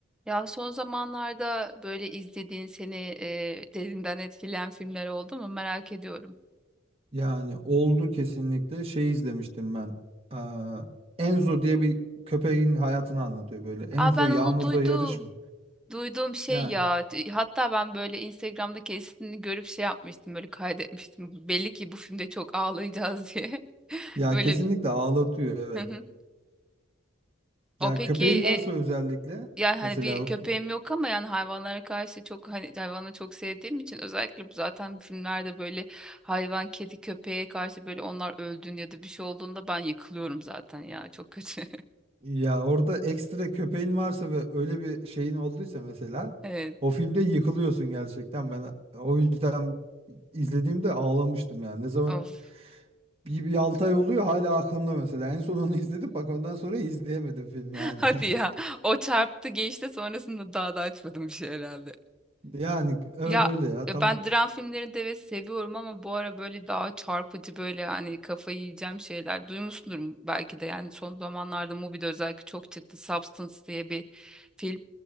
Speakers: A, in the centre; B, on the right.
A: Ya son zamanlarda böyle izlediğin seni e, derinden etkileyen filmler oldu mu merak ediyorum.
B: Yani oldu kesinlikle. Şey izlemiştim ben. Eee, Enzo diye bir köpeğin hayatını anlatıyor böyle. Enzo
A: Aa ben
B: yağmurda
A: onu duydum.
B: yarış mı?
A: Duyduğum şey
B: Ya
A: ya. T- Hatta ben böyle Instagram'da kesitini görüp şey yapmıştım böyle kaydetmiştim. Belli ki bu filmde çok ağlayacağız diye. <laughs>
B: ya
A: Böyle.
B: kesinlikle ağlatıyor evet.
A: Hı hı. O
B: Ya
A: peki
B: köpeğin
A: e,
B: varsa özellikle
A: Yani hani
B: mesela
A: bir köpeğim
B: o kö-
A: yok ama yani hayvanlara karşı çok hani hayvanı çok sevdiğim için özellikle bu zaten filmlerde böyle hayvan, kedi, köpeğe karşı böyle onlar öldüğünde ya da bir şey olduğunda ben yıkılıyorum zaten ya çok kötü.
B: ya orada ekstra köpeğin varsa ve öyle bir şeyin olduysa mesela
A: <laughs> Evet.
B: o filmde yıkılıyorsun gerçekten. Ben o yüzden izlediğimde ağlamıştım yani. Ne zaman
A: Of.
B: bir, bir 6 ay oluyor hala aklımda mesela. En son onu izledim bak ondan sonra izleyemedim film yani.
A: <laughs> Hadi
B: <laughs>
A: ya. O çarptı geçti sonrasında daha da açmadım bir şey herhalde.
B: Yani evet
A: Ya
B: öyle ya.
A: ya
B: Tam
A: ben dram filmlerini de evet seviyorum ama bu ara böyle daha çarpıcı böyle hani kafayı yiyeceğim şeyler duymuşsundur belki de yani son zamanlarda Mubi'de özellikle çok çıktı Substance diye bir film